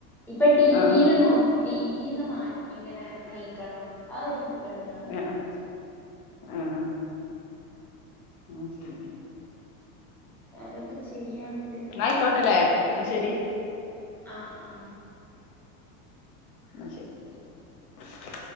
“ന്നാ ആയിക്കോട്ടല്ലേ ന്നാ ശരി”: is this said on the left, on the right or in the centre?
Left